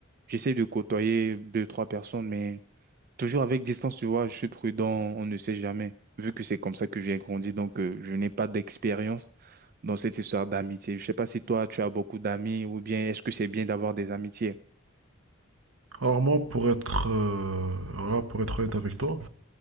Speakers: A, on the right; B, on the right.
A: j'essaie de côtoyer deux, trois personnes, mais Toujours avec distance, tu vois, je suis prudent, on ne sait jamais. Vu que c'est comme ça que j'ai grandi, donc euh, je n'ai pas d'expérience dans cette histoire d'amitié. Je sais pas si toi, tu as beaucoup d'amis ou bien est-ce que c'est bien d'avoir des amitiés?
B: Alors moi, pour être, euh, voilà, pour être honnête avec toi,